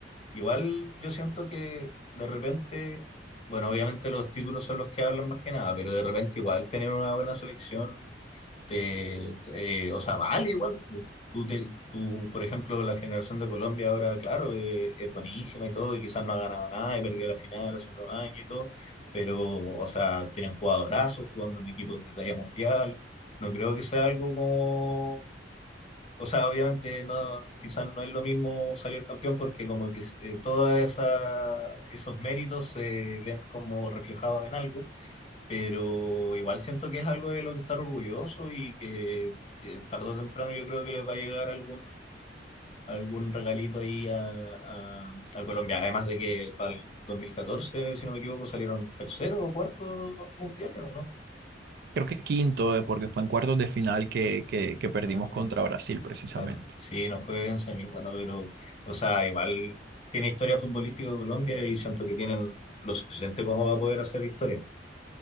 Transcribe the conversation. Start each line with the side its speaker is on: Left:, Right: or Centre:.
Left: Igual yo siento que de repente, bueno, obviamente los títulos son los que hablan más que nada, pero de repente igual tener una buena selección, te, te- eh, o sea, vale igual. Tú, tú te- tú, por ejemplo, la generación de Colombia ahora, claro, eh, es buenísima y todo, y quizás no ha ganado nada y perdió la final hace unos años y todo, pero, o sea, tienen jugadorazos jugando en equipos de talla mundial. No creo que sea algo como o sea, obviamente no, quizás no es lo mismo salir campeón porque como que eh, todos esa- esos méritos se ven como reflejados en algo, pero igual siento que es algo de lo que estar orgulloso y que eh, tarde o temprano yo creo que les va a llegar algún, algún regalito ahí a, a- a Colombia, además de que para el 2014, si no me equivoco, salieron tercero o cuarto mundiales, ¿o no?
Right: Creo que quinto, eh, porque fue en cuartos de final que, que que perdimos
Left: Ah,
Right: contra Brasil precisamente.
Left: Claro, sí, no fue en semi, bueno, pero, o sea, igual tiene historia futbolística de Colombia y siento que tienen lo suficiente como va a poder hacer historia.